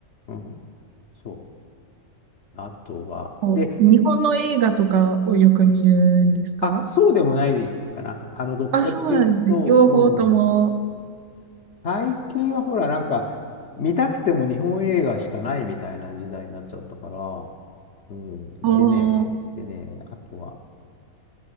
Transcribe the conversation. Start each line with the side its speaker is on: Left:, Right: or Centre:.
Left: う。うん。そう。あとは、
Right: こう日本の映画とかをよく見るんですか
Left: で、あ、そうでもないかな。あの、どっちかっていうと、
Right: あ、そうなんですね。両方とも。
Left: うん。最近はほら、なんか、見たくても日本映画しかないみたいな時代になっちゃったから、うん。
Right: おー、
Left: でね、でね、あとは、